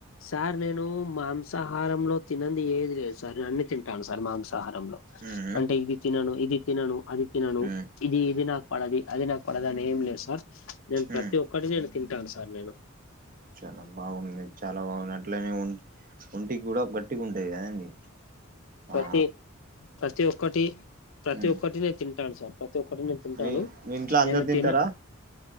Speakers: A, on the left; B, on the right.
A: సార్ నేను మాంసాహారంలో తినన్ ఏది లేదు సార్ అన్ని తింటాన్ సార్ మాంసా హారంలో
B: ఉమ్
A: అంటే ఇది తినను ఇది తినను అది తినను
B: ఉమ్
A: ఇది ఇది నాకు పడదు అది నాకు పడదు అని ఏం లేదు సార్ నేను ప్రతి
B: ఉమ్
A: ఒక్కటి నేను తింటాను సార్ నేను
B: చాలా బాగుంది చాలా బాగుంది అట్లనే ఒంటికి కూడా గట్ గట్టిగుంటది గదండి
A: ప్రతి
B: ఆ
A: ప్రతి ఒక్కటి ప్రతి
B: ఉమ్
A: ఒక్కటి నేను తింటాను సార్ ప్రతి ఒక్కటి నేను తింటాను
B: మీ మీ ఇంట్లో అందరు
A: నేను
B: తింటారా
A: తిన